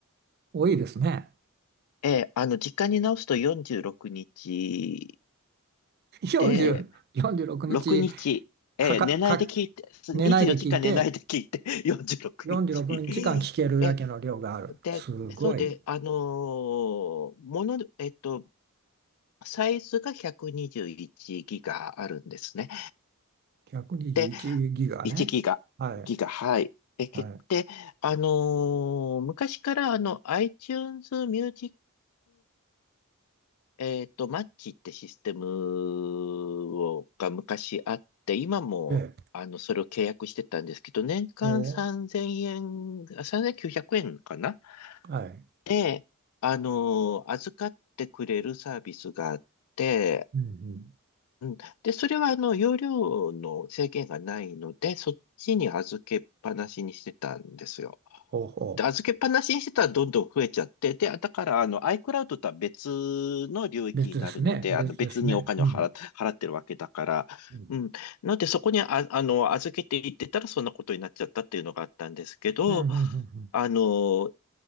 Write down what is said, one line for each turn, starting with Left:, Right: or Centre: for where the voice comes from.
Right: 多いですね。
Left: ええ、あの、時間に直すと46日
Right: 40、
Left: で、
Right: 46日
Left: 6日、ええ、
Right: かか、
Left: 寝ないで聞いて、
Right: か、寝ないで聞いて、
Left: 24時間寝ないで聞いて、<laughs> 46日。
Right: 46日間聞けるだけの量がある。
Left: ええ、で、
Right: すごい。
Left: そうで、
Right: うん、
Left: あのーもの、えっと、サイズが121ギガあるんですね。
Right: 121ギガね。
Left: で、1ギガ、
Right: はい。
Left: ギガ、はい。で、けで、
Right: は
Left: あのー昔からあの iTunes Music、えっと、マッチってシステムをが昔あって、今もあの、
Right: い。え
Left: それを契約してたんですけど、年間3
Right: お、
Left: 0円、あ3900円かな
Right: はい。
Left: で、あのー預かってくれるサービスがあって、
Right: うんうん。
Left: うん。で、それはあの、容量の制限がないので、そっちに預けっぱなしにしてたんですよ。
Right: ほうほ
Left: で、預けっぱなしにしてたらどんどん増えちゃって、で、だからあの、iCloud とは別の領域になるので、
Right: う。別ですね。別ですね。
Left: あの、別にお金を払っ、
Right: うん。
Left: 払ってるわけだから、
Right: うん
Left: うん。ので、そこにあ、あの、預けていってたらそんなことになっちゃったっていうのがあったんですけど、
Right: うんうんうん
Left: あの、